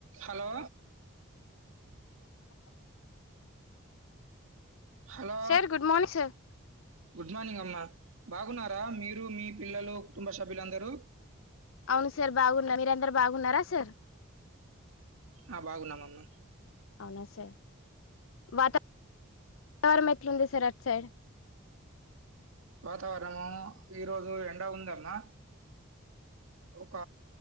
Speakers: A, on the right; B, on the left.
A: hello hello
B: sir good morning sir
A: good morning అమ్మ బాగున్నారా మీరు మీ పిల్లలు కుటుంబ సభ్యులందరు
B: అవును సార్ బాగున్న మీరందరు బాగున్నారా సార్
A: ఆ బాగున్నామమ్మ
B: వాతవర వాతావరణం ఎట్లుంది సార్ అట్ సైడ్
A: వాత వాతావరణము ఈ రోజు ఎన్ ఎట్లా ఉందమ్మా ఒక